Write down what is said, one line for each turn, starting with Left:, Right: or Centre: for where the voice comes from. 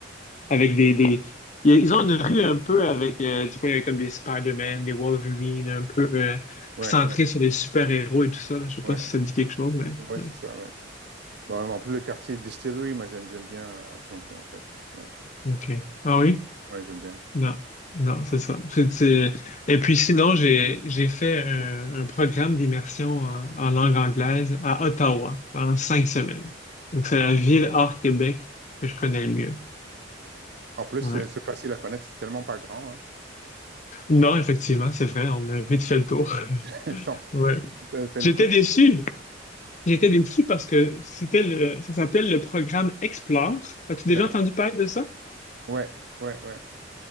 Left: avec des, des... Ils ont une rue un peu avec, euh, tu vois, comme des Spider-Man, des Wolverine, un peu euh,
Right: Ouais,
Left: centré
Right: ouais,
Left: sur les super-héros et tout ça. là. Je sais
Right: ouais,
Left: pas si
Right: ouais,
Left: ça dit quelque chose, mais...
Right: ouais,
Left: ouais.
Right: c'est ça, ouais. Bon, en plus le quartier Distillery, moi j'aime j'aime bien euh, Toronto en fait. Ouais,
Left: OK. Ah oui?
Right: ouais, j'aime bien.
Left: Non, non, c'est ça. C'est, c'est- Et puis sinon, j'ai j'ai fait un, un programme d'immersion en, en langue anglaise à Ottawa pendant cinq semaines. Donc c'est la ville hors Québec que je connais le mieux.
Right: En plus
Left: Ouais.
Right: c'est c'est facile à connaître, c'est tellement pas grand. Hein.
Left: Non, effectivement, c'est vrai, on a vite fait le tour. <laughs>
Right: <laughs>
Left: Ouais.
Right: Non, fait
Left: J'étais
Right: le tour.
Left: déçu. J'étais déçu parce que c'était le, ça s'appelle le programme Explore. As-tu déjà
Right: D'accord.
Left: entendu parler de ça?
Right: Ouais, ouais, ouais.